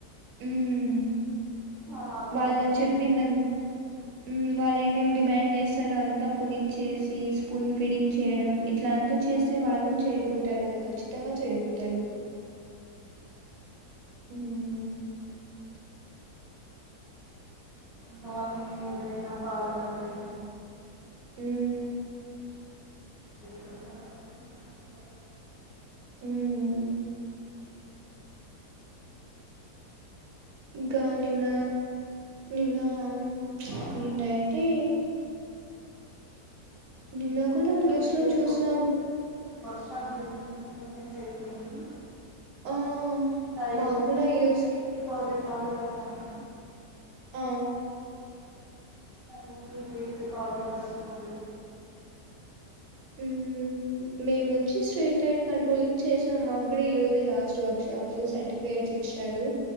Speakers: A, on the right; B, in the centre.
A: ఉమ్
B: వాళ్ళకి.
A: వాళ్ళ చెప్పిందం
B: <inaudible>
A: ఉమ్ వాళ్ళ ఏమేమి డిమాండ్ చేస్తారో అంతా కొనిచ్చేసి, స్పూన్ ఫిడింగ్ చేయడం ఇట్లా అంతా చేస్తే వాళ్ళు చెడిపోతారు కదా ఖచ్చితంగా చెడిపోతారు. ఉమ్.
B: కాని ఏదైనా కాలనవి.
A: ఉమ్.
B: <inaudible>
A: ఉమ్. ఇంకా నిన్న, నిన్న అ
B: అవును
A: నిన్నయితే. నిన్న.
B: మేము
A: కొందర్
B: ఇంకా
A: న్యూస్
B: ఈరోజు
A: లో చూసినాం.
B: వర్క్ షాప్ జరిగింది ఈరోజు ఎండ్ అయిపోయింది.
A: ఆ
B: ఇంకా ఐఓటి
A: మాకు కూడా
B: పైన
A: ఈ రోజుకి
B: డిపాజిట్. బాగా చేశాము.
A: ఆ
B: what's this college bus man.
A: ఉమ్ మేమొచ్చి స్ట్రీట్ లైట్ కంట్రోలింగ్ చేసిన మాకు కూడా, ఈ రోజే లాస్ట్ వర్క్షాప్ సర్టిఫికేట్స్ ఇచ్చిరు,